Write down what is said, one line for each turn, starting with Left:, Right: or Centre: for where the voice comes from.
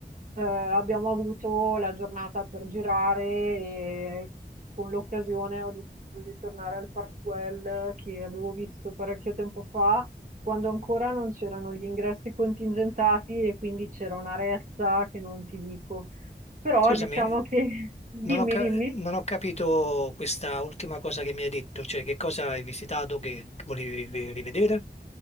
Right: eh, abbiamo avuto la giornata per girare e con l'occasione ho deciso di tornare al Park Güell che avevo visto parecchio tempo fa quando ancora non c'erano gli ingressi contingentati e quindi c'era una ressa che non ti dico. Però
Left: Scusami,
Right: diciamo che, <laughs> dimmi,
Left: non ho, ca-
Right: dimmi,
Left: non ho capito questa ultima cosa che mi hai detto, cioè che cosa hai visitato che volevi ri- rivedere?